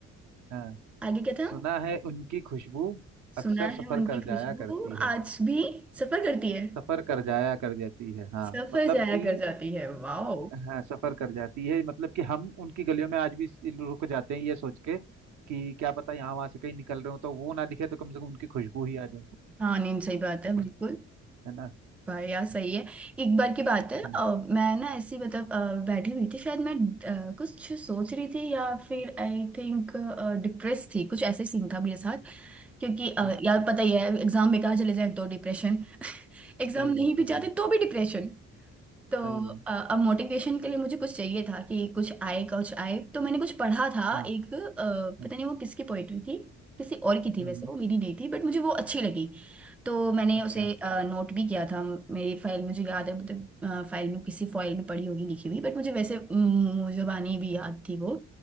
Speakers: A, on the right; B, in the centre.
A: हाँ
B: आगे क्या था
A: सुना है उनकी खुशबू अक्सर
B: सुना है
A: सफर
B: उनकी
A: कर
B: खुशबू
A: जाया करती है
B: आज भी सफर करती है
A: सफर कर जाया कर जाती है हाँ
B: सफर
A: मतलब
B: जाया
A: कि
B: कर जाती है वाह
A: हाँ सफर कर जाती है मतलब कि हम उनकी गलियों में आज भी इस- रुक जाते हैं ये सोच के कि क्या पता यहाँ वहां से कहीं निकल रहे हो तो वो ना दिखे तो कम से कम उनकी खुशबू ही आ जाए
B: हाँ नहीं सही बात है बिल्कुल
A: और है ना
B: भाई यार
A: हम्म,
B: सही है एक बार की बात है अ,
A: हम्म,
B: मैं ना ऐसी मतलब अ, बैठी हुई थी शायद मैं अ, कुछ सोच रही थी या फिर आई थिंक डिप्रेस थी कुछ ऐसे सीन था मेरे साथ क्योंकि अ,
A: हाँ
B: यार पता ही है एग्जाम बेकार चले जाए तो डिप्रेशन एग्जाम
A: सही
B: नहीं
A: है सही
B: भी जाते
A: है
B: तो भी डिप्रेशन तो
A: सही है
B: अ, अब मोटिवेशन के लिए मुझे कुछ चाहिए था कि कुछ आए कुछ आए तो मैंने कुछ पढ़ा था
A: हाँ
B: एक अ,
A: हाँ,
B: पता नहीं वो किसकी पोएट्री थी किसी और की थी
A: हम्म
B: वैसे
A: हम्म,
B: वो मेरी नहीं थी बट मुझे वो अच्छी लगी तो मैंने
A: अच्छा
B: उसे नोट भी किया था मेरी फाइल मुझे याद है मतलब फाइल में किसी फाइल में पड़ी होगी लिखी हुई बट मुझे वैसे अम, जुबानी भी याद थी वो